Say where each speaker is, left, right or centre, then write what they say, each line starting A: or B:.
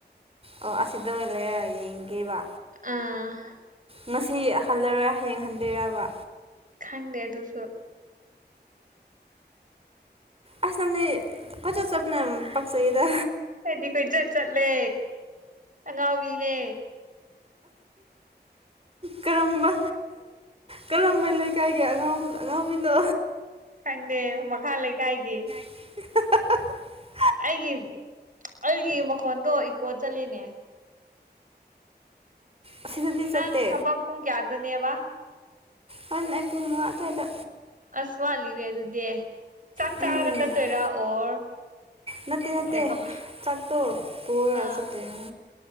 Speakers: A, on the right (about 35°); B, on the right (about 50°).
A: ꯑꯣ ꯑꯁꯤꯗ ꯑꯣꯏ ꯂꯩꯔ ꯌꯦꯡꯒꯦꯕ
B: ꯑꯥ
A: ꯉꯁꯤ ꯍꯜꯂꯔꯣꯏ ꯍꯌꯦꯡ ꯍꯟꯗꯣꯏꯔꯕ
B: ꯈꯪꯗꯦ ꯑꯗꯨꯁꯨ
A: ꯑꯁ ꯅꯪꯅꯤ ꯀꯣꯏꯆꯠ ꯆꯠꯄꯅ ꯄꯥꯛꯆꯩꯌꯦꯗ
B: ꯑꯩꯗꯤ ꯀꯣꯏꯆꯠ ꯆꯠꯂꯦ ꯑꯉꯥꯎꯕꯤꯅꯦ
A: ꯀꯔꯝꯕ ꯀꯔꯝꯕ ꯂꯩꯀꯥꯏꯒꯤ ꯑꯉꯥꯎ ꯑꯉꯥꯎꯕꯤꯅꯣ
B: ꯈꯪꯗꯦ ꯃꯈꯥ ꯂꯩꯀꯥꯏꯒꯤ
A: <unintelligible>
B: ꯑꯩꯒꯤ ꯑꯩꯒꯤ ꯃꯈꯣꯟꯗꯣ ꯏꯀꯣ ꯆꯠꯂꯤꯅꯦ
A: ꯑꯁꯤꯗꯗꯤ
B: ꯅꯪ
A: ꯆꯠꯇꯦ
B: ꯊꯕꯛ ꯄꯨꯡ ꯀꯌꯥꯗꯅꯦꯕ
A: ꯍꯔꯦꯜ ꯅꯥꯏ ꯄꯨꯡ ꯃꯉꯥ ꯑꯗꯨꯋꯥꯏꯗ
B: ꯑꯁ ꯋꯥꯠꯂꯤꯅꯦ ꯑꯗꯨꯗꯤ ꯆꯥꯛ
A: ꯎꯝ
B: ꯆꯥꯔꯒ ꯆꯠꯇꯣꯏꯔꯥ ꯑꯣꯔ
A: ꯅꯠꯇꯦ ꯅꯠꯇꯦ
B: ꯀꯩꯅꯣꯝ
A: ꯆꯥꯛ ꯇꯣ ꯄꯨꯔꯒ
B: ꯑꯥ
A: ꯆꯇꯦꯏ